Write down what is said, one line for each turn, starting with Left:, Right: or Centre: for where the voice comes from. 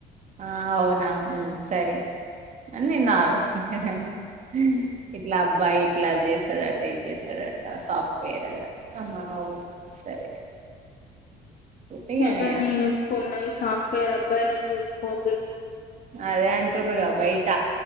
Right: ఆ అవునా ఉమ్ సరే అని నేను <unintelligible> ఇట్లా అబ్బాయి ట్లా చేస్తాడట ఇది చేస్తాడట సాఫ్ట్వేర్ అహా అవునా సరే పుట్టిగాని
Left: ఇవ్వన్నీ చేసుకున్నాయి సాఫ్ట్వేర్ అబ్బాయిలను చూసుకోవద్దు
Right: అదే అంటుర్రుగా బయట